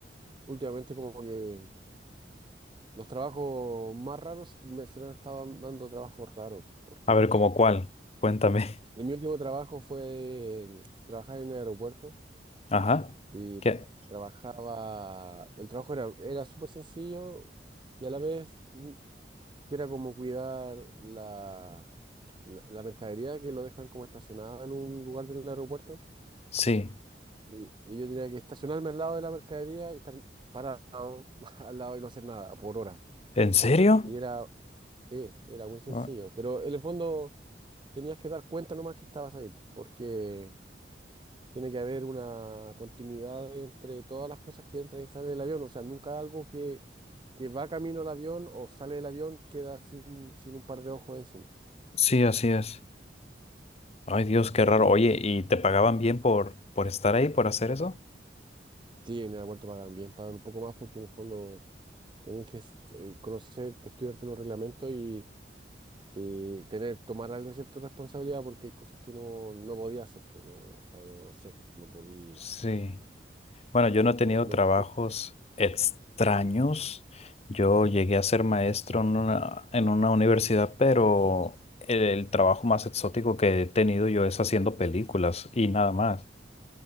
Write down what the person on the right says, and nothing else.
últimamente como que los trabajos más raros me, se me han estado dando trabajos raros, porque
en mi último trabajo fue en- trabajar en el aeropuerto
y
tra- trabajaba, el trabajo era, era súper sencillo y a la vez mm, que era como cuidar la, la, la mercadería que lo dejan como estacionada en un lugar del aeropuerto.
Y, y yo diría que estacionarme al lado de la mercadería y estar parado <laughs> al lado y no hacer nada por hora.
Y era, eh, era muy sencillo.
Pero en el fondo tenías que dar cuenta nomás que estabas ahí, porque tiene que haber una continuidad entre todas las cosas que entran y salen del avión. O sea, nunca algo que, que va camino al avión o sale del avión queda sin, sin un par de ojos encima.
Y
sí, en el aeropuerto pagan bien, pagan un poco más porque en el fondo tenés que eh, conocer, estudiarte los reglamentos y y tener, tomar algo de cierta responsabilidad porque hay cosas que no, no podía hacer, pues, no, ah, no sé, pues, no podía,
no, no,
pu-